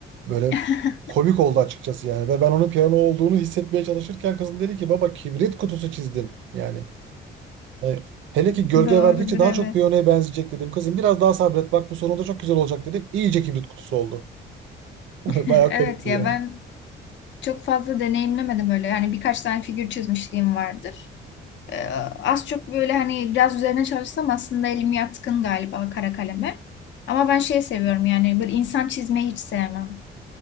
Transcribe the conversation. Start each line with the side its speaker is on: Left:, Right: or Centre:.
Right: böyle
Left: <laughs>
Right: komik oldu açıkçası yani. Ve ben onun piyano olduğunu hissetmeye çalışırken kızım dedi ki baba kibrit kutusu çizdin. Yani e, hele ki gölge
Left: Doğrudur
Right: verdikçe daha
Left: evet.
Right: çok piyanoya benzeyecek dedim. Kızım biraz daha sabret bak bu sonunda çok güzel olacak dedim. İyice kibrit kutusu oldu. <laughs> Bayağı
Left: <laughs> Evet
Right: komikti
Left: ya
Right: yani.
Left: ben Çok fazla deneyimlemedim öyle. Yani birkaç tane figür çizmişliğim vardır. Ee, az çok böyle hani biraz üzerine çalışsam aslında elim yatkın galiba kara kaleme. Ama ben şey seviyorum yani böyle insan çizmeyi hiç sevmem.